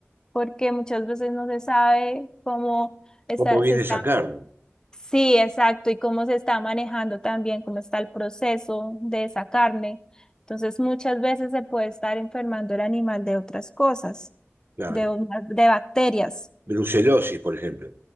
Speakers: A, on the left; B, on the right.
A: porque muchas veces no se sabe cómo está,
B: ¿Cómo viene
A: se está,
B: esa carne?
A: sí, exacto, y cómo se está manejando también, cómo está el proceso de esa carne. Entonces muchas veces se puede estar enfermando el animal de otras cosas,
B: Claro.
A: de, una- de bacterias.
B: Brucelosis, por ejemplo.